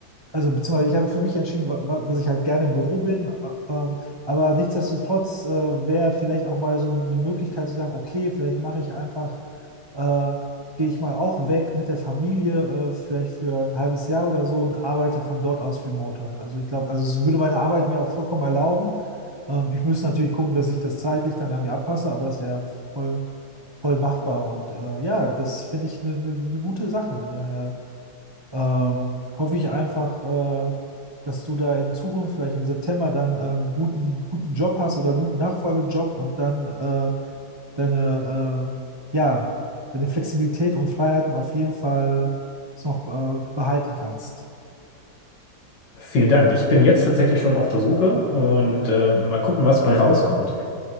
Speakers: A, on the right (about 25°); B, on the left (about 65°).
A: also beziehungsweise ich habe mich für mich entschieden, wa- wa- dass ich halt gerne im Büro bin, a- ähm, aber nichtsdestotrotz äh, wäre vielleicht auch mal so eine Möglichkeit zu sagen, okay, vielleicht mache ich einfach, äh, gehe ich mal auch weg mit der Familie, äh, vielleicht für ein halbes Jahr oder so und arbeite von dort aus remote halt. Also ich glaube, also es würde meine Arbeit mir auch vollkommen erlauben. Ähm, ich müsste natürlich gucken, dass ich das zeitlich dann irgendwie abpasse, aber das wäre voll, voll machbar und äh, ja, das finde ich eine gute Sache. Daher ähm, hoffe ich einfach, äh, dass du da in Zukunft, vielleicht im September, dann äh, einen guten, guten Job hast oder guten Nachfolgejob und dann äh, deine, äh, ja, deine Flexibilität und Freiheiten auf jeden Fall noch äh, behalten kannst.
B: Vielen Dank. Ich bin jetzt tatsächlich schon auf der Suche und äh, mal gucken, was bei rauskommt.